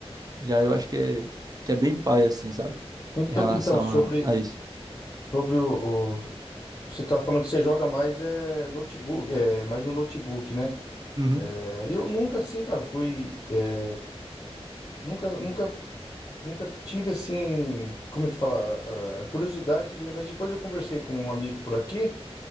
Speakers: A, on the right; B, on the left.
A: E aí eu acho que é, que é bem pai, assim, sabe?
B: Então,
A: Em relação
B: então sobre,
A: a, a isso.
B: sobre o, os- Você tá falando que você joga mais é notebook, é mais no notebook, né?
A: Uhum.
B: É, eu nunca, assim, cara, fui. é, nunca, nunca, nunca tive assim. Como é que fala? a curiosidade de ver, mas depois eu conversei com um amigo por aqui.